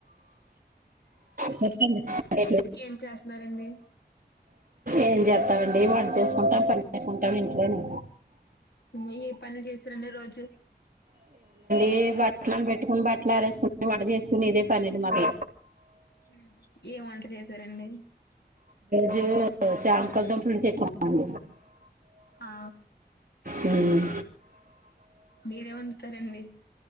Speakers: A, on the right; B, on the left.
A: చెప్పండే
B: ఏం చేస్తున్నారండి
A: ఏం జేతావండి. వంట చేసుకుంటాం పని చేసుకుంటాం ఇంట్లోనే
B: హుము ఏ పనులు చేసురండి. రోజు
A: ఏ బట్టలను పెట్టుకుని, బట్టలు ఆరేసుకుంటు, వంట జేసుకునేదే పనేండి మాది.
B: హుహ్ ఏ వంట చేశారండి?
A: దే శ్యాం కద్దం పులుసేట్టమండి.
B: ఆ
A: హుహ్
B: మీరే వండుతారండి